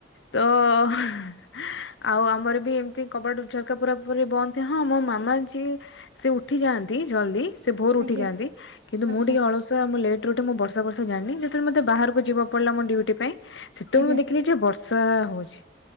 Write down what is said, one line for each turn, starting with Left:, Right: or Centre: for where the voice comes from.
Left: ତ <inaudible> ଆଉ ଆମର ବି ଏମିତି କବାଟ ଝରକା ପୁରା ପୁରି ବନ୍ଦ ଏ ହଁ ମ ମାମା ଯିଏ ସିଏ ଉ ଉଠି ଯାଆନ୍ତି ଜଲ୍ଦି ସେ ଭୋରୁ
Right: ଆଜ୍ଞା
Left: ଉଠି ଯାଆନ୍ତି କିନ୍ତୁ
Right: ଆଚ୍ଛା
Left: ମୁଁ ଟିକେ ଅଳସୁଆ ମୁଁ ଲେ ଲେଟ୍ ରେ ଉଠେ ମୁଁ ବର୍ଷା ଫର୍ଷା ଜାଣିନି ଯେତେଳେ ମତେ ବାହାରକୁ ଯିବାକୁ ପଡିଲା ମୋ ଡଉଟି ପାଇଁ ସେତବେଳେ
Right: ଆଜ୍ଞା।
Left: ମୁଁ ଦେଖିଲି ଯେ ବର୍ଷା ହଉଚି।